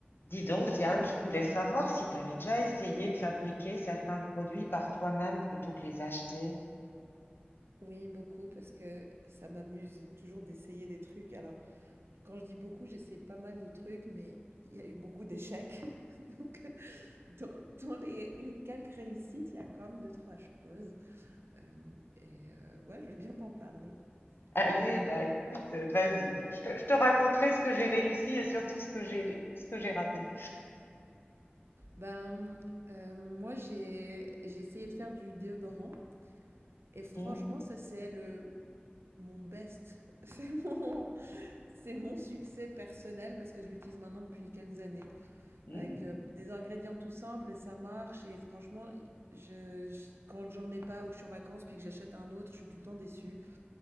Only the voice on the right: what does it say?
Oui, beaucoup, parce que ça m'amuse toujours d'essayer des trucs. Alors, quand je dis beaucoup, j'essaie pas mal de trucs, mais il y a eu beaucoup d'échecs. <laughs> Donc, dans, dans les, les quelques réussites, il y a quand même deux, trois choses. Euh, et euh, ouais, je vais bien t'en parler.
Euh,
ben, euh, moi, j'ai, j'ai essayé de faire du déodorant. Et franchement,
ça, c'est le, mon best. <laughs> C'est mon, c'est mon succès personnel parce que je l'utilise maintenant depuis quelques années.
avec euh, des ingrédients tout simples et ça marche. Et franchement, je, je- quand j'en ai pas ou que je suis en vacances puis que j'achète un autre, je suis tout le temps déçue.